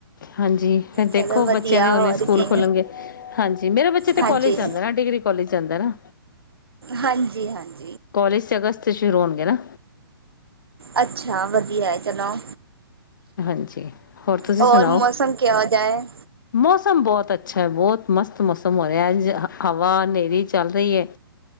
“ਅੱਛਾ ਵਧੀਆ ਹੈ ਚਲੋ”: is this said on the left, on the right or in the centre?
Right